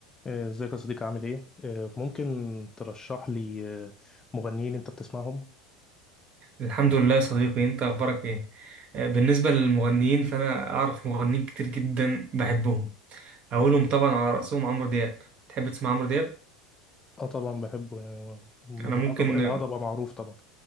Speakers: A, on the left (about 20°); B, on the right (about 40°).
A: آه، ازيك يا صديقي عامل ايه؟ آه، ممكن ترشح لي آه، مغنيين انت بتسمعهم؟
B: الحمد لله يا صديقي انت اخبارك ايه آه، بالنسبه للمغنيين فانا اعرف مغنيين كتير جدا بحبهم اولهم طبعا على راسهم عمرو دياب تحب تسمع عمرو دياب
A: اه طبعا بحبه يعني الهضبة
B: انا ممكن
A: الهضبة معروف طبعا